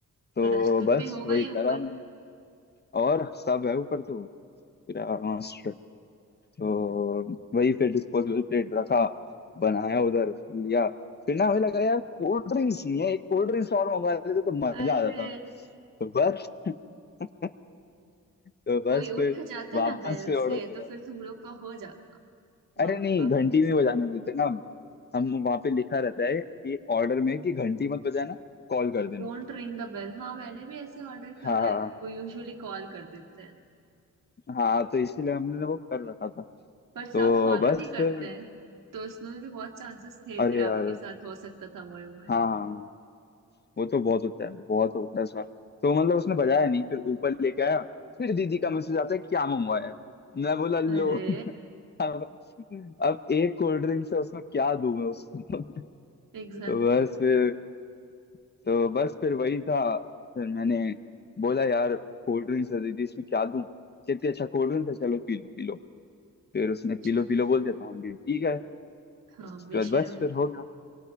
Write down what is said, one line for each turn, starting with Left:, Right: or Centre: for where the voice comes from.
Left: तो
Right: तो डस्टबिन
Left: बस
Right: भी होगा
Left: वही
Right: ही
Left: करा
Right: ऊपर
Left: मैंने और सब है ऊपर तो पूरा मस्त तो वही फिर डिस्पोजेबल प्लेट रखा बनाया उधर फिर लिया फिर ना हमें लगा यार कोल्ड ड्रिंक्स नहीं है एक कोल्ड ड्रिंक्स और मंगवा लेते तो मजा
Right: अरे
Left: आ जाता तो बस <laughs> तो
Right: कोई
Left: बस
Right: उठ
Left: फिर
Right: जाता
Left: वापस
Right: ना बेल
Left: से ऑर्डर
Right: से
Left: करा
Right: तो फिर तुम लोग का हो जाता
Left: अरे
Right: मम्मी
Left: नहीं
Right: पापा
Left: घंटी
Right: में से
Left: नहीं बजाने देते ना हम वहां पे लिखा रहता है कि ऑर्डर में कि घंटी मत बजाना कॉल कर देना
Right: Don't ring the bell हाँ मैंने भी ऐसे ऑर्डर
Left: हाँ
Right: करा है वो यूजुअली कॉल कर देते हैं
Left: हाँ तो इसीलिए हमने वो कर रखा था तो
Right: पर सब फॉलो
Left: बस
Right: नहीं करते
Left: फिर-
Right: हैं तो उसमें भी बहुत चांसेस थे
Left: अरे
Right: कि
Left: यार
Right: आपके साथ हो सकता था मोए मोए
Left: हाँ हाँ। वो तो बहुत होता है बहुत होता है सर तो मतलब उसने बजाया नहीं फिर ऊपर लेके आया फिर दीदी का मैसेज आता है क्या मंगवाया है?" मैं बोला लो
Right: अरे
Left: <laughs> अब अब एक कोल्ड ड्रिंक से उसमें क्या दूं मैं उसको <laughs>
Right: Exactly
Left: तो बस
Right: exactly.
Left: फिर तो बस फिर वही था फिर मैंने बोला यार कोल्ड ड्रिंक्स है दीदी इसमें क्या दूं कहती अच्छा कोल्ड ड्रिंक्स है चलो पी लो पी लो फिर उसने पी
Right: अच्छा
Left: लो
Right: अच्छा
Left: पी लो बोल दिया तो हम भी पी गए
Right: हाँ
Left: उसके
Right: बेशर्म
Left: बाद बस फिर हो गया